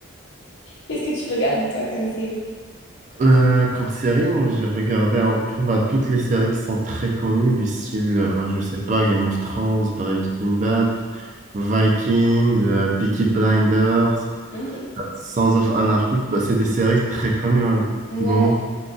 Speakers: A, on the left (about 55°); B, on the right (about 35°).
A: Qu'est-ce que tu regardes toi comme série?
B: Euh, comme série, moi, j'ai regardé un peu bah, toutes les séries qui sont très connues, du style, euh, bah, je sais pas, Game of Thrones, Breaking Bad, Vikings, euh, Peaky Blinders,
A: Ok.
B: Sons of Anarchy. Bah, c'est des séries très connues, hein,
A: Ouais,
B: du moment